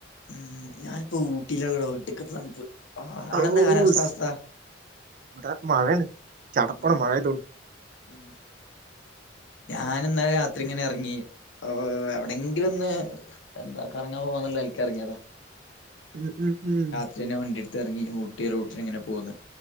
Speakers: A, on the left (about 85°); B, on the right (about 45°).
A: ഉം ഞാനിപ്പോ ഊട്ടിലാ ഇള്ളെടോ ഒടുക്കത്തെ തണുപ്പ് ആ അവിടെ
B: ഔസ്
A: എന്താ കാലാവസ്ഥ അവസ്ഥ
B: ഇവിടെ മഴയാണ് ചടപ്പാണ്
A: ഉം
B: മഴ ആയോണ്ട്
A: ഉം ഞാനിന്നെലെ രാത്രിങ്ങനെ എർ ങ്ങി ഏഹ് എവിടെങ്കിലൊന്ന് എന്താ കറങ്ങാ പോവാന്ന്ള്ളെലക്ക് എറങ്ങിയതാ
B: ഉം ഉം ഉം
A: പ്പിന് വണ്ടിയെടുത്ത് എറങ്ങി ഊട്ടി റൂട്ടിനിങ്ങനെ പോന്ന്